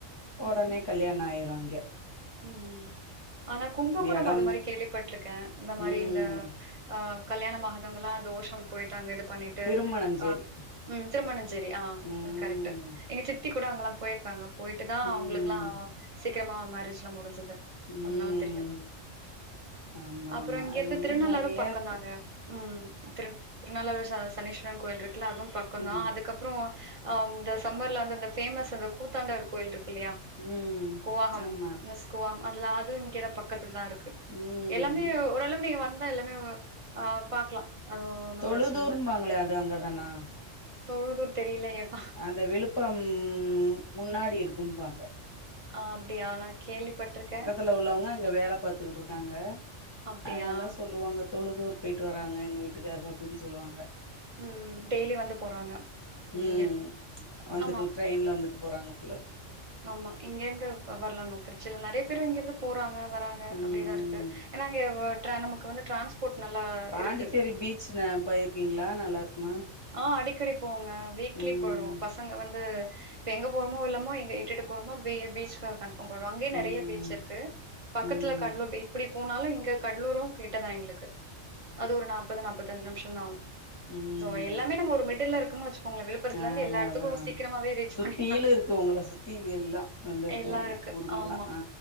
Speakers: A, on the left; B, on the right.
A: உடனே
B: ம்ஹ்ம்
A: கல்யாண ஆயிரு அங்கே
B: ம் ஆனா கும்பகோணம்
A: இடம்
B: அது மாரி கேள்விப்பட்டுருக்கே இந்த மாரி
A: ம்
B: இந்த ஆஹ் கல்யாணம் ஆகாதவங்களா தோஷம் போயிட்டாங்க இது பண்ணிட்டு
A: திருமணஞ்சேரி
B: ஆஹ் உ. ம் திருமணஞ்சேரி ஆஹ்
A: ம்
B: கரெக்ட்டு எங்க சித்தி கூட அங்கெல்லா போயிருக்காங்க போயிட்டு தா
A: ம்
B: அவுங்களுக்கெல்லா சீக்கிரமா மேரேஜ்லா முடிஞ்சது
A: ம்
B: அதுனால தெரியு
A: ஆமா
B: அப்பறோ
A: ஆமா
B: இங்கருந்து
A: அது மாரி
B: திருநள்ளாரு
A: நெறைய
B: பக்கோ
A: இருக்கு
B: தானே ம் திரு திருநள்ளாரு ச சனீஸ்வரன் கோயில் இருக்குல அதுவு பக்கோ
A: ம்
B: தா அதுக்கு அப் அப்பறோ ஆஹ் இந்த சம்மர்ல வந்து அந்த ஃபேமஸ் அந்த கூத்தாண்டவர் கோயில் இருக்கு இல்லையா
A: ம்
B: கூவாகம்
A: ஆமா
B: மிஸ் கூவம் அதெல்லா அது இங்க தா பக்கத்துல தா இருக்கு
A: ம்
B: எல்லாமே ஓரளவு நீங்க வந்தா எல்லாமே ஆஹ் பாக்கலா அது ஒன்னு
A: தொழுதூருபாங்களே
B: பிரச்சன இல்ல
A: அது அங்கதானா
B: தொழுதூர் தெரியலையேப்
A: அந்த விழுப்புரம் முன்னாடி இருக்கும்பாங்க
B: ஆஹ் அப்பிடியா நா கேள்விப்பட்டுருக்கே
A: வீட்ல உள்ளவங்க அங்க வேல பாத்துக்கிட்டு இருக்காங்க
B: அப்டியா
A: அதனால சொல்லுவாங்க தொழுதூர் போயிட்டு வராங்க எங்க வீட்டுக்காரரு அப்டின்னு சொல்லுவாங்க
B: ம் ம் டெய்லி வந்து போறாங்க
A: ம்
B: இங்க
A: வந்துட்டு
B: ஆமா
A: ட்ரெயின்ல வந்துட்டு போறாங்க போல
B: ஆம்மா இங்கேருந்து வர்லா தா திருச்சில நெறைய பேரு இங்கருந்து போறாங்க வராங்க
A: ம்
B: அப்பிடிதா இருக்கு ஏனா இங்க ஓட்றா நமக்கு வந்து ட்ரான்ஸ் போட் நல்லா
A: பாண்டிச்சேரி
B: இருக்கு.
A: பீச் ந போயிருக்கீங்களா நல்லா இருக்குமா
B: ஆஹ் அடிக்கடி போவேங்க வீக்லி
A: ம்
B: போயிடுவோ பசங்க வந்து இப்ப எங்க போறோமோ இல்லமோ எங்க இட்டுட்டு போறோமோ பீ் பீச்க்கு கன்ஃபார்ம் போயிடுவோம் அங்கயு நெறைய
A: ம்
B: பீச் இருக்கு பக்கத்துல
A: ம்
B: கடலூர் இப்டி போனாலு இங்க கடலூரு கிட்டதா எங்களுக்கு அது ஒரு நாப்பது நாப்பத்தஞ்சி நிமிஷ தா ஆவு
A: ம்
B: சோ எல்லாமே நாங்க ஒரு மிடில்ல இருக்குன்னு வச் உங்கள விழுப்புரத்துலருந்து
A: ஆ அதா
B: எல்லா எடத்துக்கு
A: அதா
B: சீக்கிரமாவே ரீச்
A: சுத்திலு
B: பண்ணிரலா
A: இருக்கு உங்கள சுத்தி எல்லா அந்த
B: எல்லாருக்கு
A: ஊ ஊருங்கல்லா
B: ஆம்மா
A: ஆ